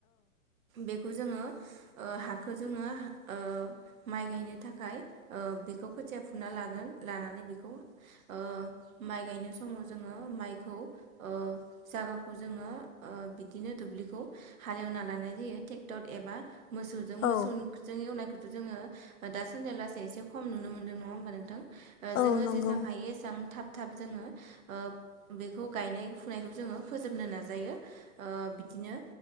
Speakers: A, on the right (about 70°); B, on the left (about 80°).
A: बेखौ जोंङो ओ हाखौ जोंङो ओ माइ गायनो थाखाय ओ बेखौ खोथिया फुना लागोन लानानै बेखौ ओ माइ गायनो समाव जोंङो माइखौ ओ जागाखौ जोंङो ओ बिदिनो दुब्लिखौ हालेवना लानाय जायो ट्रेक्टर एबा मोसौजों
B: औ
A: मोसौजों एवनायखौ जोंङो दा सान्दै लासै एसे खम नुनो मोनदों नंङा होमबा नोंथां? ओ जोंङो
B: औ नंगौ
A: जेसां हायो एसां थाब थाब जोंङो ओ बेखौ गायनाय फुनायखौ जोंङो फोजोबनो नाजायो ओ बिदिनो